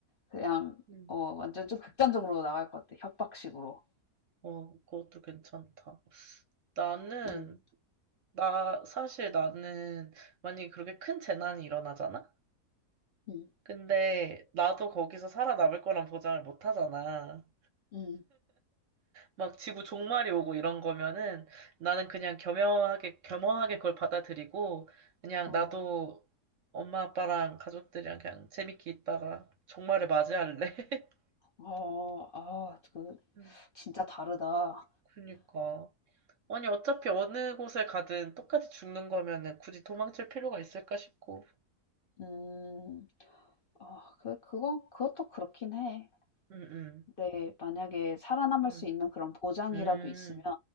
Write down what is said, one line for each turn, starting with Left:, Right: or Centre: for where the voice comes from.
Left: 그냥
Right: 음.
Left: 어 완전 좀 극단적으로 나갈 것 같아. 협박식으로.
Right: 어, 그것도 괜찮다. 나는,
Left: 음.
Right: 나, 사실 나는, 만약에 그렇게 큰 재난이 일어나잖아?
Left: 음.
Right: 근데, 나도 거기서 살아남을 거란 보장을 못 하잖아.
Left: 음.
Right: 막 지구 종말이 오고 이런 거면은, 나는 그냥 겸허하게, 겸허하게 그걸 받아들이고, 그냥
Left: 어.
Right: 나도 엄마, 아빠랑 가족들이랑 그냥 재밌게 있다가 종말을 맞이할래. <laughs>
Left: 어. 아 그
Right: 음,
Left: 진짜 다르다.
Right: 그니까. 아니, 어차피 어느 곳에 가든 똑같이 죽는 거면은 굳이 도망칠 필요가 있을까 싶고.
Left: 음. 아 그 그건 그것도 그렇긴 해.
Right: 응, 응,
Left: 근데 만약에 살아남을
Right: 응.
Left: 수 있는 그런 보장이라도
Right: 음,
Left: 있으면